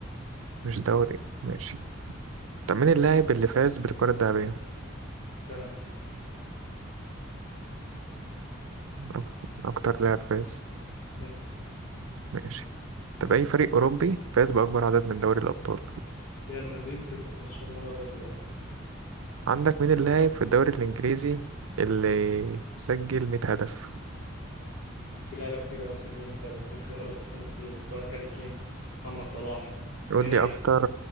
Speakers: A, on the right; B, on the left.
A: مش دوري ماشي طب مين اللاعب اللي فاز بالكرة الذهبية
B: سنة
A: أك- أكتر لاعب فاز
B: ميسي
A: ماشي طب أي فريق أوروبي فاز بأكبر عدد من دوري الأبطال
B: ريال مدريد كسب 15 مرة لغاية دلوقتي
A: عندك مين اللاعب في الدوري الإنجليزي اللي سجل 100 هدف
B: في لعيبة كتير قوي سجلهم متابعة ممكن اقول لك اسامي كتير ممكن اقول لك هاري كين محمد صلاح
A: قول
B: هنري
A: لي أكتر